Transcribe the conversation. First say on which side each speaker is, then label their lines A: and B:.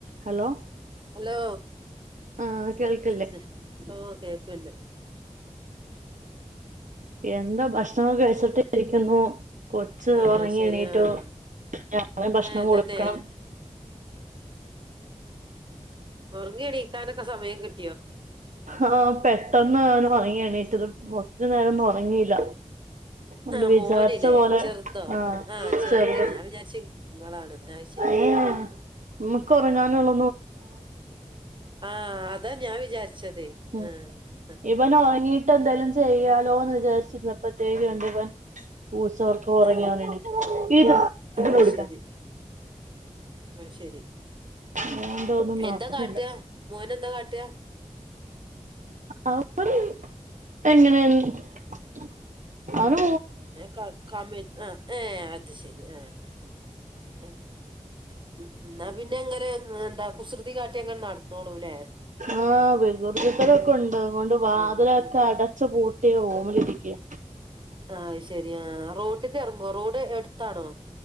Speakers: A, on the right; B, on the right.
A: Hello
B: hello
A: ആഹ് കേൾക്കില്ലേ
B: എന്നെ ഓ കേക്കുണ്ട്
A: എന്താ ഭക്ഷണം കഴിച്ചിട്ടി രിക്കുന്നു കൊച്ച്
B: ആഹ്
A: ഉറങ്ങി
B: ശരി
A: എണീറ്റോ
B: ആഹ്
A: ഞങ്ങള് ഭക്ഷണം
B: ഏഹ്
A: കൊടുക്കണം
B: തന്നെ ങ്ങിണിക്കാനക്കെ സമയം കിട്ടും
A: ആ പെട്ടെന്ന് ഓൻ വങ്ങിയാണ് ഏറ്റത് കുറച്ച് നേരം ഭംഗിയില്ല ഉണ്ട്
B: ആഹ്
A: വിചാരിച്ച
B: മോനില്ലേ
A: പോലെ
B: ചെറുതോ
A: ആ
B: ആഹ് ചെറുതിന്
A: ചെയ്ത്
B: ഞാൻ വിചാരിച്ച് ഇങ്ങളാണ്ന്ന് അത് ശരി
A: ഏ നമുക്ക്റങ്ങാനുള്ള
B: ആഹ് അതാ ഞാൻ വിചാരിച്ചതേ ആഹ്
A: <unintelligible> <inaudible> ഇവൻ ഉറങ്ങീട്ട് എന്തെലും ചെയ്യാലോ എന്ന് വിചാരിച്ചിരുന്ന പ്രത്യേകുണ്ട് ഇവൻ പൂച്ചൊർക്ക്‌ ഒറങ്ങിഓൻ
B: ആഹ്
A: എണീറ്റ് ഇത്
B: അത്
A: കൊടുക്കാൻ
B: ശരി ഉം ശരി
A: അതുകൊണ്ട് ഒന്നും നടന്നില്ല
B: എന്താ കാട്ട മോൻ എന്താ കാട്ട
A: അവ പ്പൊരു എങ്ങനെണ്‌ <unintelligible> <inaudible>
B: ക ആ ഏ അത് ശരി എ <inaudible> <unintelligible> ന്ന പിന്നെ എങ്ങനെ എന്താ കുസൃതി കാട്ടിങ്ങട് നടന്നോളൂ ലെ
A: ആ വികൃതിതരക്കെ ഉണ്ട് അതോണ്ട് വാതിലൊക്കെ
B: ആഹ് ആഹ് ആഹ്
A: അടച് പൂ- ട്ടി റൂമിലിരിക്ക
B: ആ ശരി ആ റോട്ട്ക്ക് എറങ്ങോ റോഡ് എട്ത്താണോ